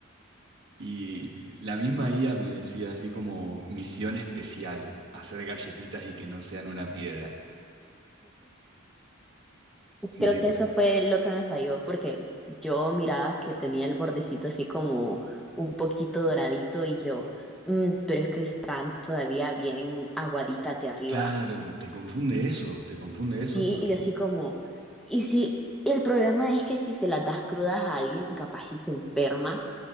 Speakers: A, on the right (about 60°); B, in the centre.
A: Y la misma guía me decía así como misión especial, hacer galletitas y que no sean una piedra. Sí,
B: creo
A: sí,
B: que
A: pues
B: eso fue lo que me falló porque yo miraba que tenía el bordecito así como un poquito doradito y yo, "Mm, pero es que están todavía bien aguaditas de arriba.
A: claro, te confunde eso, te confunde
B: Sí,
A: eso porque...
B: y así como, y si, y el problema es que si se las das crudas a alguien, capaz y se enferma.